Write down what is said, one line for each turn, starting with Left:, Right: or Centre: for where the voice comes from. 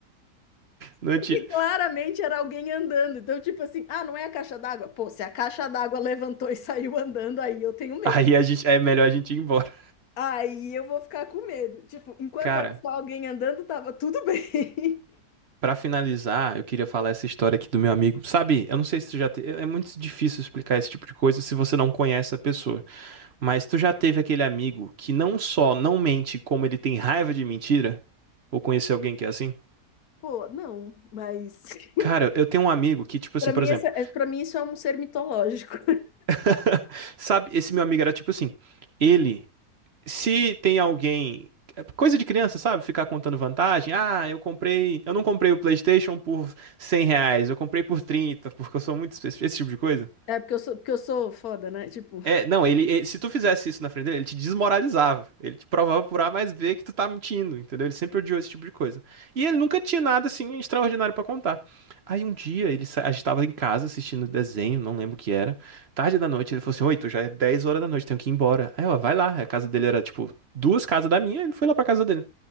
Right: Não
Left: Porque
Right: tinha.
Left: claramente era alguém andando. Então, tipo assim, ah, não é a caixa d'água? Pô, se a caixa d'água levantou e saiu andando, aí eu tenho medo.
Right: Aí a gente, é melhor a gente ir embora.
Left: Aí eu vou ficar com medo. Tipo, enquanto
Right: Cara,
Left: era só alguém andando, tava tudo bem. <laughs>
Right: pra finalizar, eu queria falar essa história aqui do meu amigo. Sabe, eu não sei se você já te... É é muito difícil explicar esse tipo de coisa se você não conhece a pessoa. Mas tu já teve aquele amigo que não só não mente, como ele tem raiva de mentira? Ou conhecer alguém que é assim?
Left: Pô, não, mas. <laughs>
Right: Cara, eu tenho um amigo que, tipo
Left: para
Right: assim, por
Left: mim,
Right: exemplo,
Left: esse, é- pra mim, isso é um ser mitológico.
Right: <laughs> sabe, esse meu amigo era tipo assim, ele, se tem alguém, é coisa de criança, sabe, ficar contando vantagem, ah, eu comprei, eu não comprei o PlayStation por 100 reais, eu comprei por 30 porque eu sou muito, espe- esse tipo de coisa.
Left: É porque eu sou, porque eu sou foda, né? Tipo,
Right: É, não, ele, ele- se tu fizesse isso na frente dele, ele te desmoralizava. Ele te provava por A mais B que tu tá mentindo, entendeu? Ele sempre odiou esse tipo de coisa. E ele nunca tinha nada assim extraordinário pra contar. Aí um dia ele sa- a gente tava em casa assistindo desenho, não lembro o que era. Tarde da noite, ele falou assim: "Oi, tu já é 10 horas da noite, tenho que ir embora". Aí, ó, vai lá. A casa dele era tipo duas casas da minha, ele foi lá pra casa dele.